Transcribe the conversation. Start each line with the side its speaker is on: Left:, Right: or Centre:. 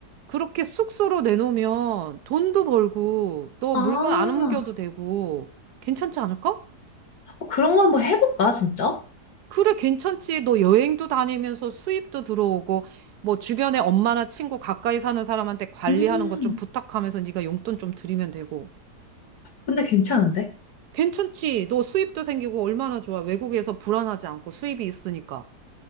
Right: 그렇게 숙소로 내놓으면 돈도 벌고 또
Left: 아,
Right: 물건 안 옮겨도 되고 괜찮지 않을까?
Left: 어, 그런 거 한번 해볼까, 진짜?
Right: 그래, 괜찮지. 너 여행도 다니면서 수입도 들어오고, 뭐 주변에 엄마나 친구 가까이 사는 사람한테 관리하는
Left: 음,
Right: 것 좀 부탁하면서 네가 용돈 좀 드리면 되고.
Left: 근데 괜찮은데?
Right: 괜찮지. 너 수입도 생기고 얼마나 좋아. 외국에서 불안하지 않고 수입이 있으니까.